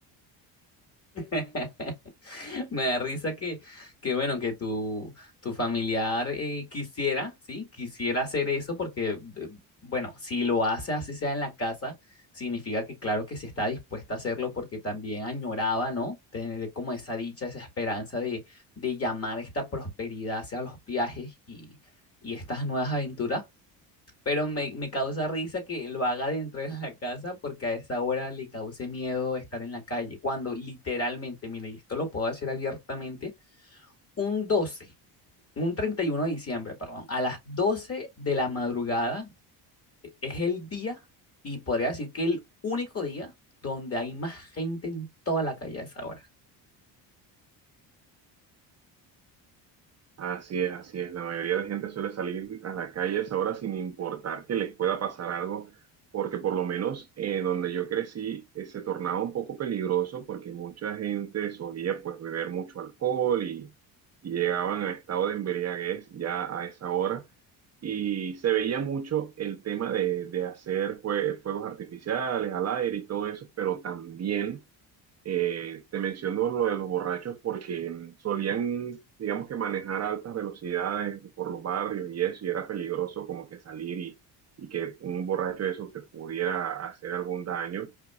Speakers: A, on the left; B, on the right.
A: <laughs> Me da risa que, que bueno, que tu, tu familiar eh, quisiera, ¿sí? Quisiera hacer eso porque, eh, bueno, si lo hace así sea en la casa, significa que claro que sí está dispuesta a hacerlo porque también añoraba, ¿no? Tener como esa dicha, esa esperanza de, de llamar esta prosperidad hacia los viajes y, y estas nuevas aventuras. Pero me, me causa risa que lo haga dentro de la casa porque a esa hora le cause miedo estar en la calle. Cuando literalmente, mire, y esto lo puedo decir abiertamente, un 12 un 31 de diciembre, perdón, a las 12 de la madrugada e- es el día y podría decir que el único día donde hay más gente en toda la calle a esa hora.
B: Así es, así es. La mayoría de gente suele salir a la calle a esa hora sin importar que les pueda pasar algo, porque por lo menos eh, donde yo crecí eh, se tornaba un poco peligroso porque mucha gente solía pues beber mucho alcohol y, y llegaban a estado de embriaguez ya a esa hora. y se veía mucho el tema de, de hacer jue- fuegos artificiales al aire y todo eso, pero también eh, te menciono lo de los borrachos porque mm, solían, digamos que manejar a altas velocidades por los barrios y eso, y era peligroso como que salir y, y que un borracho de esos te pudiera hacer algún daño.